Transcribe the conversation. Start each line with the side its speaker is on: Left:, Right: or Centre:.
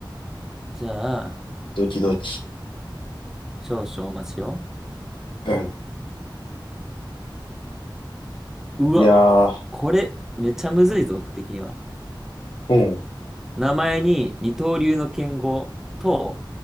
Centre: じゃあ、
Left: ドキドキ。
Centre: 少々お待ちを。
Left: うん。
Centre: うわ、
Left: いやー、
Centre: これ、めちゃむずいぞ、僕的には。
Left: うん、
Centre: 名前に二刀流の剣豪と、